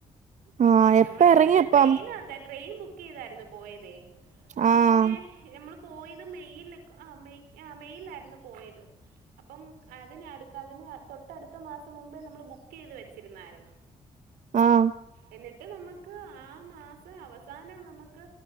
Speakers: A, on the right; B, on the right.
A: ആഹ് എപ്പ
B: നമ്മൾ
A: എറങ്ങിയപ്പം
B: ഇവിടെന്ന് ട്രെയിൻ ആതെ ട്രെയിൻ ബുക്ക് ബുക്ക്‌ ചെയ്തായിരുന്നു പോയത് അപ്പൊ
A: ആഹ്
B: പിന്നെ നമ്മൾ പോയത് മെയ്യിൽ ആഹ് മെയ് ആഹ് മെയ്യിലായിരുന്നു പോയത് അപ്പം അതിനടുത്ത് അതിന് തൊട്ടടുത്ത മാസം മുമ്പേ നമ്മൾ ബുക്ക് ചെയ്ത് വെച്ചിരുന്നായിരുന്നു
A: ആഹ്
B: എന്നിട്ട് നമുക്ക് ആ മാസം അവസാനം നമുക്ക്